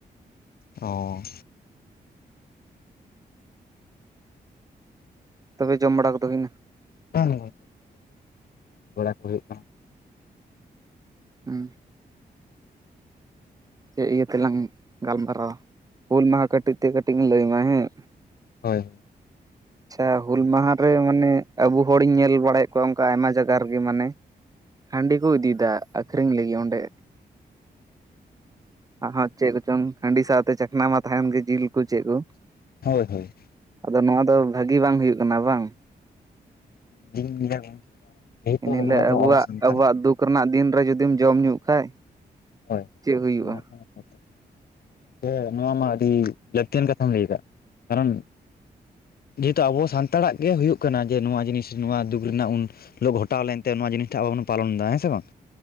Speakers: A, on the left; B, on the right.
A: ᱚ
B: ᱛᱚᱵᱮ ᱡᱚᱢ ᱵᱟᱲᱟ ᱠᱚᱫᱚ ᱦᱩᱭᱮᱱᱟ᱾
A: <unintelligible> ᱵᱟᱲᱟ ᱠᱚ ᱦᱩᱭᱩᱜ ᱠᱟᱱᱟ᱾
B: ᱦᱩᱸ ᱪᱮᱫ ᱤᱭᱟᱹ ᱛᱮᱞᱟᱝ ᱜᱟᱞᱢᱟᱨᱟᱣᱟ ᱦᱩᱞ ᱢᱟᱦᱟᱸ ᱠᱟᱹᱴᱤᱡ ᱛᱮ ᱠᱟᱹᱴᱤᱡ ᱢᱤᱧ ᱞᱟᱹᱭᱟᱢᱟ ᱦᱮᱸ᱾
A: ᱦᱳᱭ ᱦᱳᱭ
B: ᱟᱪᱪᱷᱟ ᱦᱩᱞ ᱢᱟᱦᱟᱸ ᱨᱮ ᱢᱟᱱᱮ ᱟᱵᱚ ᱦᱚᱲᱤᱧ ᱧᱮᱞ ᱵᱟᱲᱟᱭᱮᱫ ᱠᱚᱣᱟ ᱚᱱᱠᱟ ᱟᱭᱢᱟ ᱡᱟᱭᱜᱟ ᱨᱮᱜᱮ ᱢᱟᱱᱮ᱾ ᱦᱟᱺᱰᱤ ᱠᱚ ᱤᱫᱤᱫᱟ ᱟᱠᱷᱨᱤᱧ ᱞᱟᱹᱜᱤᱫ ᱚᱸᱰᱮ ᱟᱦᱟ ᱪᱮᱫ ᱠᱚᱪᱚᱝ ᱦᱟᱺᱰᱤ ᱥᱟᱶᱛᱮ ᱪᱟᱠᱷᱱᱟ ᱢᱟ ᱛᱟᱦᱮᱱ ᱜᱮ ᱡᱤᱞ ᱠᱚ ᱪᱮᱫ ᱠᱚ,
A: ᱦᱳᱭ ᱦᱳᱭ᱾
B: ᱟᱫᱚ ᱱᱚᱣᱟ ᱫᱚ ᱵᱷᱟᱜᱤ ᱵᱟᱝ ᱦᱩᱭᱩᱜ ᱠᱟᱱᱟ ᱵᱟᱝ᱾
A: <unintelligible> <unintelligible>
B: ᱤᱱᱦᱤᱞᱟᱹᱜ
A: ᱫᱚ
B: ᱟᱵᱚᱣᱟᱜ
A: ᱟᱵᱚ ᱥᱟᱱᱛᱟᱲ
B: ᱟᱵᱚᱣᱟᱜ ᱫᱩᱠ <unintelligible> ᱫᱤᱱ ᱨᱮ ᱡᱩᱫᱤᱢ ᱡᱚᱢ ᱧᱩᱜ ᱠᱷᱟᱡ
A: ᱦᱳᱭ
B: ᱪᱮᱫ ᱦᱩᱭᱩᱜ-ᱟ᱾
A: <unintelligible> ᱱᱚᱣᱟ ᱢᱟ ᱟᱹᱰᱤ ᱞᱟᱹᱠᱛᱤᱭᱟᱱ ᱠᱟᱛᱷᱟᱢ ᱞᱟᱹᱭ ᱠᱟᱫ ᱠᱟᱨᱚᱱ ᱡᱮᱦᱮᱛᱩ ᱟᱵᱚ ᱥᱟᱱᱛᱟᱲᱟᱜ ᱜᱮ ᱦᱩᱭᱩᱜ ᱠᱟᱱᱟ ᱡᱮ ᱱᱚᱣᱟ ᱡᱤᱱᱤᱥ ᱱᱚᱣᱟ ᱫᱩᱠ ᱨᱮᱱᱟᱜ ᱩᱱ ᱜᱷᱚᱴᱟᱣ ᱞᱮᱱᱛᱮ ᱱᱚᱣᱟ ᱡᱤᱱᱤᱥ ᱴᱷᱟᱠ ᱟᱵᱚ ᱵᱚᱱ ᱯᱟᱞᱚᱱ ᱫᱟ ᱦᱮᱸ ᱥᱮ ᱵᱟᱝ?